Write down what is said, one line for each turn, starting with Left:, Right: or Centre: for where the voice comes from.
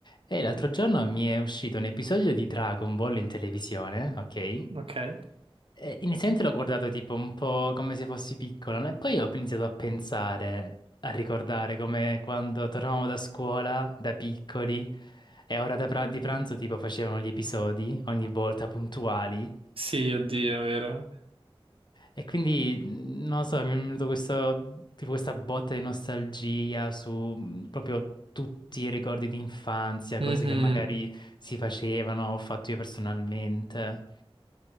Left: E l'altro giorno mi è uscito un episodio di Dragon Ball in televisione, ok?
Right: Ok.
Left: E inizialmente l'ho guardato tipo un po' come se fossi piccolo, no? E poi ho iniziato a pensare, a ricordare come quando tornavamo da scuola, da piccoli, e a ora da pra- di pranzo tipo facevano gli episodi, ogni volta puntuali.
Right: Sì, oddio, è vero.
Left: E quindi, mh, non lo so, mi è venuto questo, tipo questa botta di nostalgia su mh, proprio tutti i ricordi di infanzia,
Right: Mhm.
Left: cose che magari si facevano, ho fatto io personalmente.